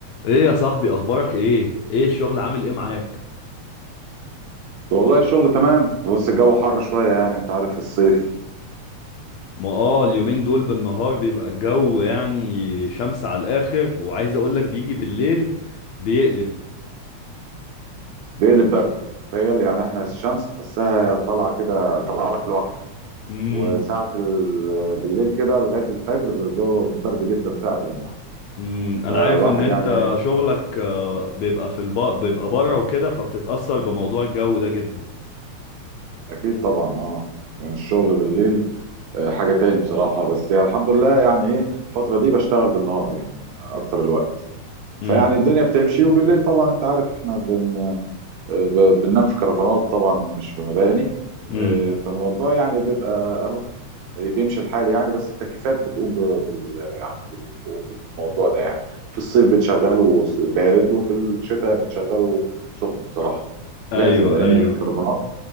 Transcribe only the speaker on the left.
ايه يا صاحبي اخبارك ايه ايه الشغل عامل ايه معاك
ما اه اليومين دول بالنهار بيبقى الجو يعني شمس على الاخر وعايز اقولك بيجي بالليل بيقلب
امم
امم
انا عارف ان انت
شغلك آه، بيبقى في الب... بيبقى بره وكده فبتتأثر بموضوع الجو ده جدا
امم
امم
ايوه
ايوه